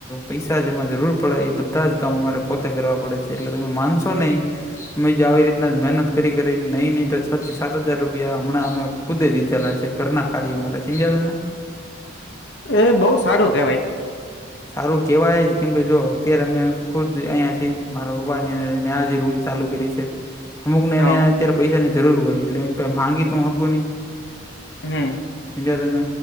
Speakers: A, on the left; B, on the left.
A: પૈસા જેમાં જરૂર પડે એ બ બધા જ કામ અમારે પોતે કરવા પડે છે એટલે તમે માનશો નહીં અમે જો આવી રીતના જ મહેનત કરી કરી નહી નહી તો છ થી સાત હજાર રૂપિયા હમણાં અમે ખુદે દીધેલા છે ઘરના કાર્ય માટે સમજ્યા તમે?
B: એ બહુ સારું કેવાય.
A: સારું કેહેવાય જ કેમકે જો અત્યારે અમે ખુદ અહીંયા મારા પપ્પા ને <unintelligible> રૂમ ચાલુ કરી છે. અમુક ને
B: હ
A: એને અત્યારે પૈસા ની જરૂર હોય એટલે એની પાહે માંગી તો હું હકું નહી.
B: હમ
A: હમજ્યા તમે